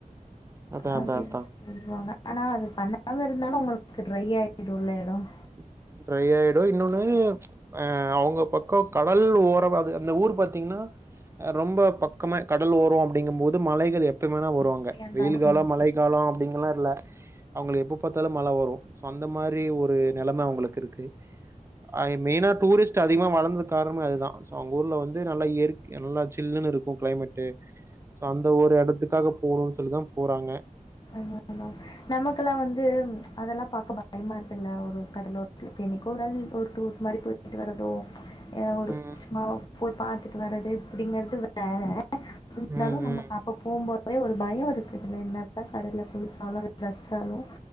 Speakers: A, on the right (about 20°); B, on the left (about 30°).
A: அதா
B: அப்படின்னு
A: அதா அதா
B: சொல்லுவாங்க ஆனா அது பண்ணாம இருந்தாலு அவங்களுக்கு ட்ரை ஆகிடுல எடம்
A: ஹ ட்ரையாயிடும் இன்னொன்னு அ அவங்க பக்கம் கடல் ஓரம் அது அந்த ஊர் பாத்தீங்கன்னா ரொம்ப பக்கம் கட கடல் ஓரம் அப்படிங்கும் போது மலைகள் எப்பவுமேனா வருவாங்க
B: எப்படியா இருந்தாலும்.
A: வெயில் காலம்
B: ம்.
A: மழை காலம் அப்படிங்கலா இல்ல அவங்களுக்கு எப்ப பார்த்தாலும் மழை வரும் சோ அந்த மாரி ஒரு நிலைமை அவங்களுக்கு இருக்கு ஆ மெயினா டூரிஸ்ட் அதிகமா வளர்ந்தது காரணமே அதுதா சோ அவங்க ஊர்ல வந்து நல்லா இயற்கை நல்லாச்சு சில்லன்னு இருக்கு கிளைமேட்டு சோ அந்த ஒரு எடத்துக்காக போணும்ன்னு சொல்லிதான் போறாங்க
B: ஆமா ஆமா நமக்கெல்லா வந்து அதெல்லா பாக்க பயமா இருக்குல்ல ஒரு கடலோரத்து என்னைக்கு ஒருநாள் ஒரு டூர் மாரி போயிட்டு வரதோ ஒரு
A: ம்
B: கொஞ்சமா போய் பார்த்துட்டு வரறது இப்படிங்கறது வேற இருந்தாலும்
A: ம்
B: நமக்கு
A: ம்
B: அப்ப போம்போதே ஒரு பயம் இருக்குதுல்ல என்ன கடல குளிச்சாலு ரசிச்சாலு